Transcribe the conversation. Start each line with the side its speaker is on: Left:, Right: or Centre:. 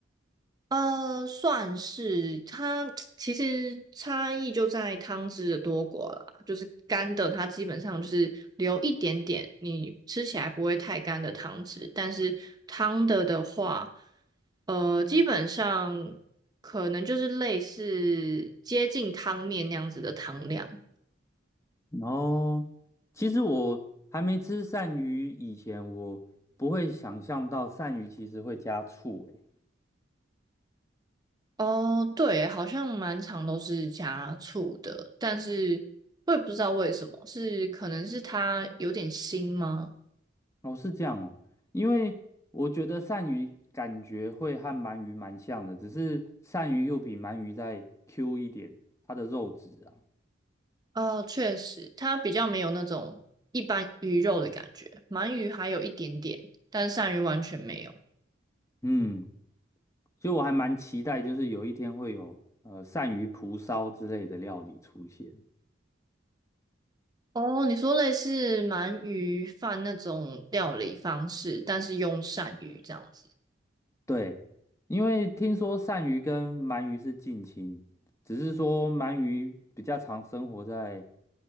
Right: 呃，算是它 <tsk> 其实差异就在汤汁的多寡啦。就是干的，它基本上就是留一点点，你吃起来不会太干的汤汁。但是汤的的话，呃，基本上可能就是类似接近汤面那样子的汤量。
Left: 然后其实我还没吃鳝鱼以前，我不会想象到鳝鱼其实会加醋，诶。
Right: 哦，对，好像满场都是加醋的，但是我也不知道为什么，是可能是它有点腥吗？
Left: 哦，是这样哦，因为我觉得鳝鱼感觉会和鳗鱼蛮像的，只是鳝鱼又比鳗鱼再 Q 一点，它的肉质啊，
Right: 哦，确实，它比较没有那种一般鱼肉的感觉，鳗鱼还有一点点，但是鳝鱼完全没有。
Left: 嗯，所以我还蛮期待，就是有一天会有呃鳝鱼蒲烧之类的料理出现。
Right: 哦，你说类似鳗鱼饭那种料理方式，但是用鳝鱼这样子。
Left: 对，因为听说鳝鱼跟鳗鱼是近亲，只是说鳗鱼比较常生活在